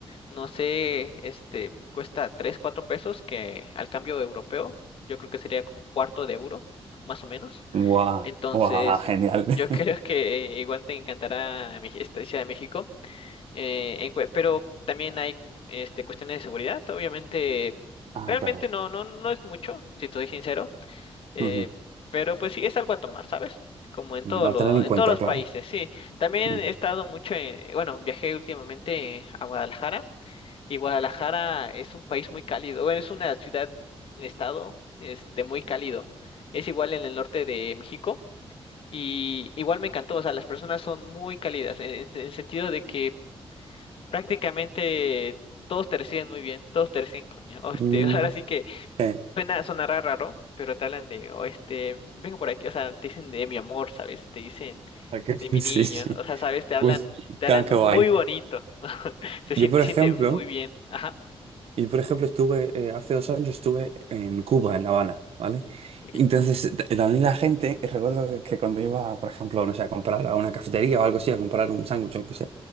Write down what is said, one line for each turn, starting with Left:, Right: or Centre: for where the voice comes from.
Left: No sé, este, cuesta 3 4 pesos, que al cambio europeo, yo creo que sería como un cuarto de euro, más o menos.
Right: Guau,
Left: Entonces,
Right: guau, genial.
Left: <laughs> yo creo
Right: <laughs>
Left: que eh, igual te encantará Mex- esta Ciudad de México. Eh, en cue- pero también hay este, cuestiones de seguridad, obviamente.
Right: Ah,
Left: Realmente
Right: claro.
Left: no, no, no es mucho, si te soy sincero. Eh,
Right: Ujú.
Left: pero pues sí, es algo a tomar, ¿sabes? Como en todo
Right: Va
Left: lo,
Right: a tener en
Left: en
Right: cuenta,
Left: todos los
Right: claro.
Left: países, sí. También
Right: Ujú.
Left: he estado mucho en, bueno, viajé últimamente a Guadalajara y Guadalajara es un país muy cálido, bueno, es una ciudad, un estado, este, muy cálido. Es igual en el norte de México y igual me encantó, o sea, las personas son muy cálidas en en el sentido de que prácticamente todos te reciben muy bien, todos te reciben con, mi- <laughs> este,
Right: Mm,
Left: ahora sí que
Right: eh,
Left: Suena, sonará raro, pero te hablan de, o este, vengo por aquí, o sea, te dicen de mi amor, ¿sabes? Te dicen
Right: ok,
Left: de
Right: <laughs>
Left: mi niño,
Right: Sí, sí.
Left: o sea, ¿sabes? Te hablan,
Right: Uy,
Left: te
Right: qué
Left: hablan
Right: qué
Left: muy
Right: guay.
Left: bonito, <laughs> se
Right: Yo,
Left: siente,
Right: por
Left: siente
Right: ejemplo,
Left: muy bien, ajá,
Right: yo, por ejemplo, estuve, eh, hace dos años estuve en Cuba, en La Habana, ¿vale?
Left: ok.
Right: Entonces, eh, t- también la gente, eh, recuerdo que que cuando iba, por ejemplo, no sé, a comprar a una cafetería o algo así, a comprar un sándwich o lo que sea,